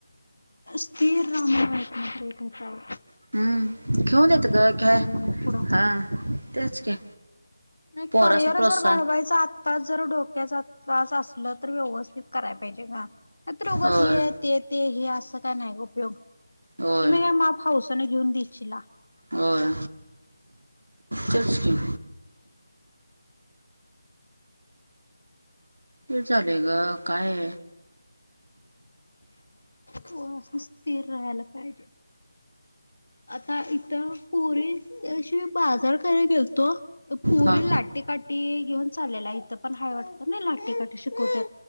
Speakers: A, on the left (about 70°); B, on the right (about 80°).
A: स्थिर रहा <unintelligible>
B: हम्म, घेऊन येत ग घ्याय,
A: म्हणून पुढं
B: हा तेच की.
A: नाही
B: पोरासनी
A: करिअर
B: प्रोत्साहन
A: जर घडवायचं आत्ताच जर डोक्याचा तास असला तर व्यवस्थित कराय पाहिजे ना, नाहीतर उगाच
B: होय
A: हे ते ते हे असं काय नाही उपयोग,
B: होय
A: तुम्ही काय माप हाऊसनं घेऊन दिछिला
B: होय, तेच की. तेच आलंय ग काय
A: पोरांसनी स्थिर राहायला पाहिजे, आता इथं पोरी त्या दिवशी मी बाजार कराय गेलतो, तर पुरी
B: हा
A: लाटी काट टी घेऊन चाललेल्या इथं पण हाय वाटतं नई लाटीकाठी शिकवत्यात.